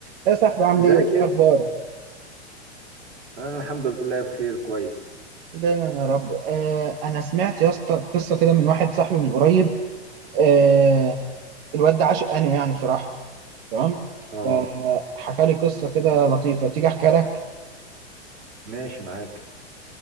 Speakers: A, on the right (about 55°); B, on the right (about 85°).
A: يا صاحبي عامل
B: ازيك
A: ايه إيه
B: يا ابني؟
A: اخبارك
B: انا الحمد لله بخير كويس
A: دايما يا رب آه انا سمعت يا اسطى قصه كده من واحد صاحبي من قريب آه الواد ده عاشق انمي يعني بصراحه تمام
B: اه
A: فحكى لي قصه كده لطيفه تيجي احكي لك
B: ماشي معاك